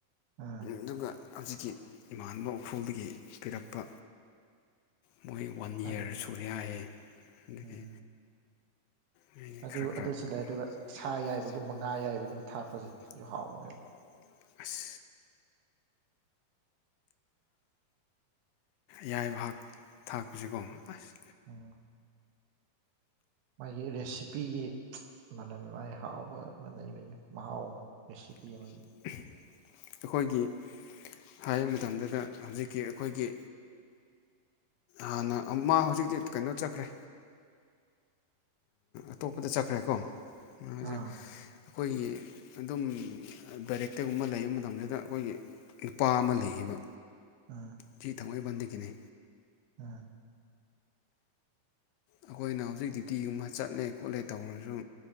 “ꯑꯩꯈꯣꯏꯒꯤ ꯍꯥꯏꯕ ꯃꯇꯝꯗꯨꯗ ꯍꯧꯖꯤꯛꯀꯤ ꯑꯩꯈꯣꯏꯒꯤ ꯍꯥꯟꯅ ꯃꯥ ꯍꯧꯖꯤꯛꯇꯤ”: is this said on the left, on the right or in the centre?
Left